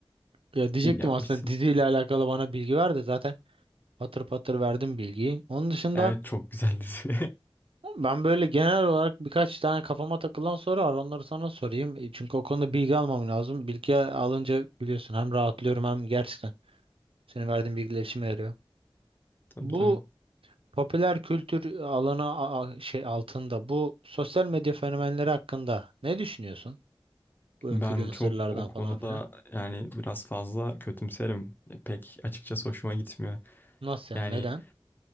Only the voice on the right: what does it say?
Ya diyecektim
aslında diziyle alakalı bana bilgi ver de zaten patır patır verdim bilgiyi. Onun dışında
Ben böyle genel olarak birkaç tane kafama takılan soru var. Onları sana sorayım. E, Çünkü o konuda bilgi almam lazım. Bilgi alınca biliyorsun hem rahatlıyorum hem gerçekten senin verdiğin bilgiler işime yarıyor.
Bu
popüler kültür alanı a- a- şey altında bu sosyal medya fenomenleri hakkında ne düşünüyorsun? Bu
influencerlardan
falan filan.
Nasıl yani?
Neden?